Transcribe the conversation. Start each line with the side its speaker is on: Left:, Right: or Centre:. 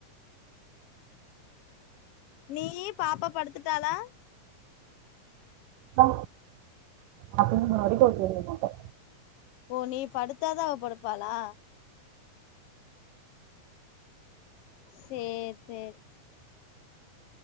Left: நீயி பாப்பா படுத்துட்டாளா
Right: நா தூங்குற வரைக்கு அவ தூங்கமாட்டா
Left: ஓ நீ படுத்தாதா அவ படுப்பாளா சேரி சேரி